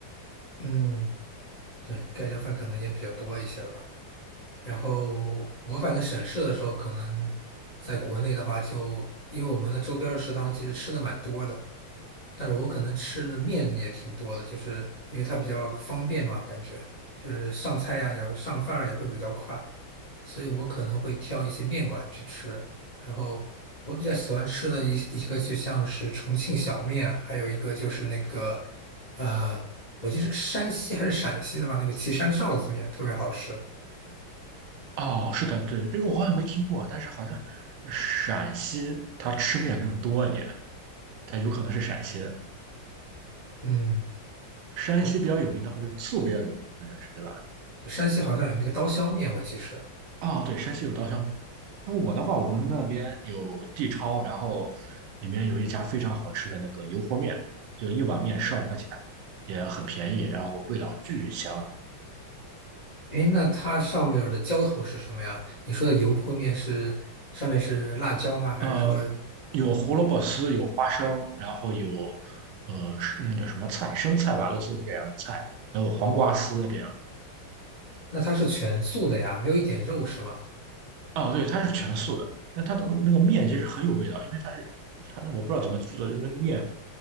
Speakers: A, on the left (about 60°); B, on the right (about 80°).
A: 嗯，对，盖浇饭可能也比较多一些儿吧。然后我反正省事的时候，可能在国内的话就，因为我们的周边儿的食堂其实吃的蛮多的，但是我可能吃的面也挺多的，就是因为它比较方便嘛，感觉就是上菜呀、也会上饭儿也会比较快，所以我可能会挑一些面馆去吃。然后我比较喜欢吃的一一个就像是重庆小面，还有一个就是那个呃，我记得是山西还是陕西的吧，那个岐山臊子面特别好吃。
B: 哦，是的，对，这个我好像没听过，但是好像陕西它吃面更多一点，它有可能是陕西的。
A: 嗯。
B: 山西比较有名的话，
A: 对。
B: 就是醋比较有名，好像是对吧？
A: 对，山西好像有那个刀削面，我记是。
B: 啊、对，山西有刀削面。那我的话，我们那边有地超，然后里面有一家非常好吃的那个油泼面，就一碗面十二块钱，也很便宜，然后味道巨香。
A: 诶，那它上面儿的浇头是什么呀？你说的油泼面是上面是辣椒吗？还是说
B: 呃，有胡萝卜丝，有花生，然后有呃是那叫什么菜，生菜吧，类似于这样的菜，还有黄瓜丝这样。
A: 那它是全素的呀？没有一点肉是吗？
B: 哦，对，它是全素的，但它的那个面其实很有味道，因为它是它那我不知道怎么做的，就是那个面